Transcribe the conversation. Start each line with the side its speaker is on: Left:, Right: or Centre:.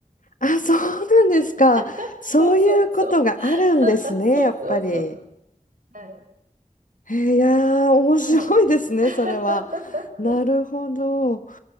Left: あ、そうなんですか。
Right: <laughs>
Left: そういうことがあるんですね、
Right: そうそうそう。<laughs> そうそうそう。
Left: やっぱり。え
Right: はい
Left: ーいやー、面白いですね、
Right: はい。<laughs>
Left: それは。なるほど。